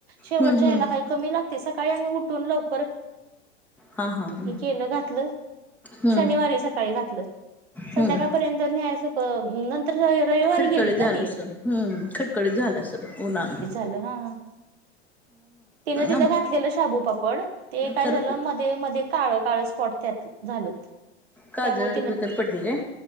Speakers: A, on the right (about 65°); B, in the centre.
A: शेवटच्या
B: हम्म
A: यायला
B: हम्म
A: काई कमी लागते सकाळी आम्ही उठून लवकर
B: हा हा ह
A: हे केलं घातलं
B: हम्म
A: शनिवारी सकाळी घातल संध्याकाळपर्यंत
B: हम्म.
A: न्यायसख न- तर र रईवारी
B: खडखडीत
A: गेलीत
B: झालं
A: ना ती
B: असल हम्म खटकडीत झालं असल उन्हात
A: हं तिनं तिथं
B: आम
A: घातलेलं शाबूपापड ते काय
B: खर
A: झालं म- ते मध्ये काळ काळ स्पॉट त्यात झालंत
B: काजळ
A: त्यामुळे तीनं
B: बिजळ पडली काय?